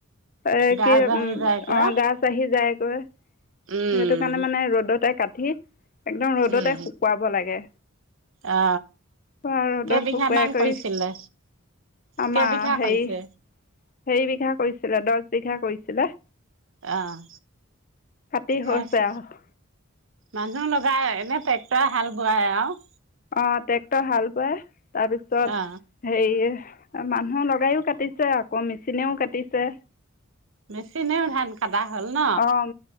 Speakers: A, on the left (about 40°); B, on the right (about 65°).
A: এ
B: গা
A: কিম
B: জাহি যায়গৈ
A: অ গাছ আহি যায় <unintelligible> ক '
B: উম
A: সেইটো কাৰণে মানে ৰ'দত এক কাঠি একদম ৰ'দতে
B: উম
A: শুকুৱাব লাগে,
B: অ
A: অ ৰ'দত
B: কেইবিঘা
A: শুকুৱাই
B: মান
A: কৰি
B: কৰিছিলে
A: আমাৰ
B: কেইবিঘা
A: হেৰি।
B: কৰিছে
A: হেৰি বিঘা কৰিছিলে দচ বিঘা কৰিছিলে
B: আহ
A: কাটি হৈছে
B: তাৰ
A: আৰু
B: মানুহ লগ যায় এনে ট্ৰেক্টৰ হাল বোৱাই আৰু
A: অ', ট্ৰেক্টৰ হাল বাই। তাৰপিছত
B: অ
A: হেৰিয়ে- মানুহ লগায়ো কাটিছে, আকৌ মেচিনেও কাটিছে।
B: মেচিনেও ধান কাদা হ'ল ন?
A: অ'